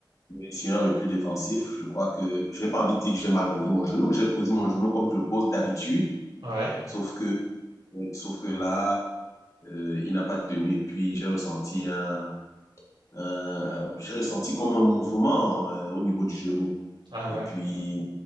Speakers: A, on the left; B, on the right.
A: Blessure et plus défensif. Je crois que j'ai pas envie de dire que j'ai mal posé mon genou. J'ai posé mon genou comme je le pose d'habitude,
B: ouais,
A: sauf que sauf que là, euh, il n'a pas tenu et puis j'ai ressenti un, un- j'ai ressenti comme un mouvement euh, au niveau du genou.
B: ah ouais.
A: Et puis